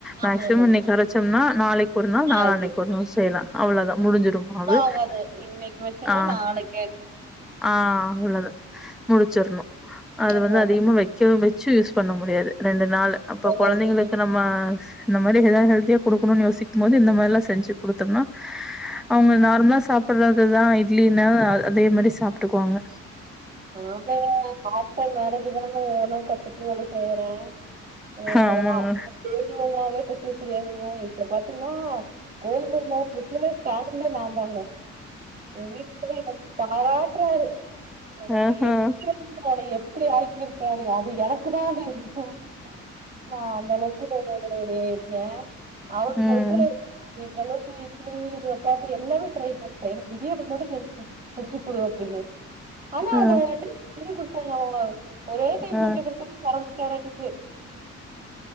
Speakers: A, in the centre; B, on the right.
A: மேக்சிமம்
B: ஆமா ஆமா
A: இன்னைக்கு
B: ஆமா
A: அரைச்சோம்னா நாளைக்கு ஒரு நாள் நாளான்னைக்கு
B: அது
A: ஒரு நாள் செய்யலா அவ்வளவுதா முடிஞ்சிரு மாவு.
B: அதாவது இன்னைக்கு வச்சம்னா
A: ஆ
B: நாளைக்கே
A: ஆ உள்ளது முடிச்சிடணு அது
B: ஆமா
A: வந்து அதிகமா வைக் ரிசுல வச்சு யூஸ் பண்ண முடியாது ரெண்டு நாள் அப்ப
B: ம்
A: குழந்தைங்களுக்கு நம் ம இந்த மாரி எதாவது ஹெல்தியா குடுகணும்னு யோசிக்குபோது இந்த மாரில்லா செஞ்சு குடுத்தம்னா அவங்க நார்மலா சாப்படுறதுதா இட்லினா அதே மாரி சாப்ட்டுக்கோங்க.
B: <unintelligible> ஆப்டர் மேரேஜ் தாங்க ஒவொன்னா கத்துட்டு செய்ய போறே எனக்கு
A: ஆமாங்க
B: தெரிஞமாவ இப்பசே பேசய தெரியாதுங்க இப்ப பாத்தீங்ன்னா கோதுமை மாவு பிசுலே கழ்ந்தே நான் தாங்க என் வீட்டுக்காரு என்ன பாராட்டுறாரு நா
A: ஆஹா
B: எப்டி இருந்தே உன்ன எப்டி ஆக்கிருக்கே அப்டினு அது எனக்கு தா தெரியு நா அந்த அளவுக்கு வெறொரு <unintelligible> இருக்கே அவரு
A: ம்
B: சொல்ட்டு இந்த அளவுக்கு இட்லி தோச சப்பாத்தி எல்லாமே ட்ரை பண்ணிட்டே எனக்கு இடியப்பம் மட்டு தெரியாது செஞ்சுக்குடு அப்டின்னு ஆனா
A: ஆ
B: அதை ஒருவாட்டி செஞ்சு கொடுத்தாங்க ஒரே டைம்
A: ஆ
B: செஞ்சு கொடுத்தும் மரம் தேரட்டுக்கு